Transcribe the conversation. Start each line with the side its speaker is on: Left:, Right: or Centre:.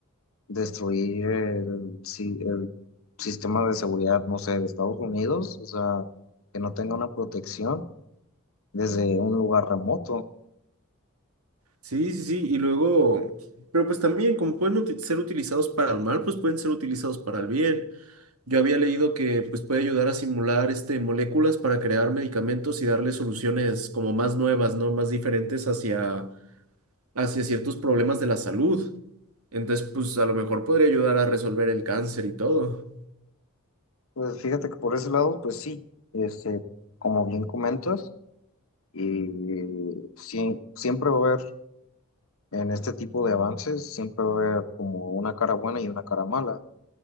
Left: destruir el, si- el sistema de seguridad, no sé, de Estados Unidos, o sea, que no tenga una protección desde un lugar remoto.
Right: Sí, sí, sí, y luego, pero pues también como pueden uti- ser utilizados para el mal, pues pueden ser utilizados para el bien. Yo había leído que pues, puede ayudar a simular este, moléculas para crear medicamentos y darle soluciones como más nuevas, ¿no? Más diferentes hacia, hacia ciertos problemas de la salud. Entonces, pues a lo mejor podría ayudar a resolver el cáncer y todo.
Left: Pues fíjate que por ese lado, pues sí, este, como bien comentas. Y sí, siempre va a haber, en este tipo de avances, siempre va a haber como una cara buena y una cara mala.